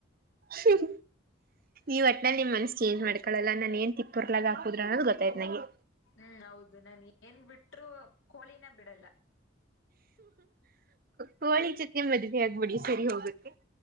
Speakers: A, on the right (about 50°); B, on the left (about 90°).
A: ಹ್ಮ ಈ ವಟ್ನ ನಿಮ್ ಮನ್ಸ್ಸ ಚೇಂಜ್ ಮಾಡ್ಕೊಳ್ಳಲ್ಲ ನಾನ್ ಏನ್ ತಿಪ್ಪುರ್ಲಾಗ ಹಾಕುದ್ರು ಅನ್ನೋದು ಗೊತ್ತಾಯ್ತ್ ನಂಗೆ.
B: ಹ್ಮ್ ಹೌದು ನಾನ್ ಏನ್ ಬಿಟ್ರರು ಕೋಳಿನ ಬಿಡಲ್ಲ.
A: ಕೋಳಿ ಜೊತೆ ಮದುವೆ ಆಗ್ಬಿಡಿ ಸರಿ ಹೋಗುತ್ತೆ.